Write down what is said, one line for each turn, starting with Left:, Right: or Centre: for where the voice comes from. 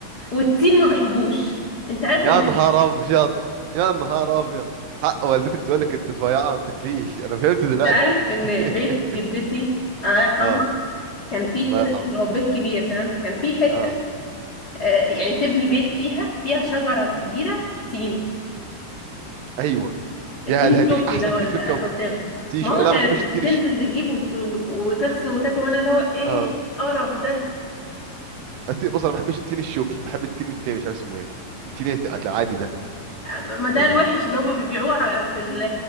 Left: والتين ما بحبوش انت عارف
Right: يا
Left: ان
Right: نهار ابيض يا نهار ابيضد حق والدتك تقول لك انت رفيعة ما بتاكليش انا فهمت دلوقتي
Left: انت عارف ان بيت
Right: <laughs>
Left: جدتي الله يرحمها
Right: اه
Left: كان فيه
Right: الله
Left: كده
Right: يرحمه
Left: اللي هو بيت كبير تمام فكان فيه حتة
Right: اه
Left: آه يعني تبني بيت فيها فيها شجرة
Right: امم
Left: كبيرة تين
Right: ايوه
Left: التين
Right: يا هذا هديك
Left: شوكي
Right: احسن
Left: ده
Right: تين
Left: ولا
Right: في الكوكب
Left: whatever
Right: تين
Left: ماما
Right: شو لا
Left: كانت
Right: ما بحبش التين
Left: بتنزل
Right: الش...
Left: تجيب وت- وتغسل وتاكل وانا اللي هو ايه
Right: اه
Left: القرف ده
Right: التين بص انا ما بحبش التين الشوكي بحب التين التاني مش عارف اسمه ايه التين الت- العادي ده
Left: ما ده
Right: ال...
Left: الوحش اللي هما بيبيعوه على في ال...